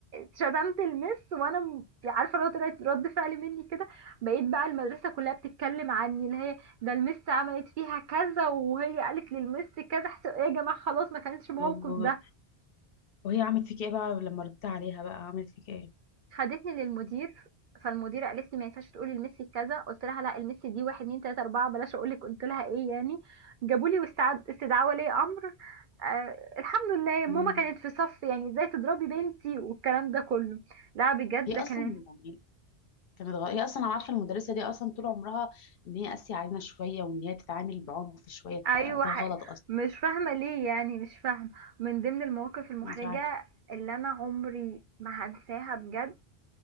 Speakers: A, on the right (about 60°); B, on the left (about 65°).
A: شتمت المس وانا م- عارفه لو طلعت رد فعل مني كده بقيت بقى المدرسه كلها بتتكلم عني اللي هي ده المس عملت فيها كذا وهي قالت للمس كذا حس- ايه يا جماعه خلاص ما كانش موقف
B: نهار.
A: ده
B: وهي عملت فيك ايه بقى لما ردت عليها بقى عملت فيك ايه
A: خدتني للمدير فالمدير قالت لي ما ينفعش تقولي لميسي كذا قلت لها لا الميسي دي واحد اتنين تلاته اربعه بلاش اقول لك قلت لها ايه يعني جابوا لي واستعد- استدعاء ولي امر آه الحمد لله ماما
B: امم
A: كانت في صف يعني ازاي تضربي بنتي والكلام ده كله لا بجد
B: هي
A: ده كان
B: اصلا يعني كانت غ... هي اصلا انا عارفه المدرسه دي اصلا طول عمرها ان هي قاسيه علينا شويه وان هي بتتعامل بعنف شويه
A: ايوه
B: فده
A: حق.
B: غلط اصلا
A: مش فاهمه ليه يعني مش فاهمه من ضمن المواقف المحرجه
B: مش عارفه
A: اللي انا عمري ما هنساها بجد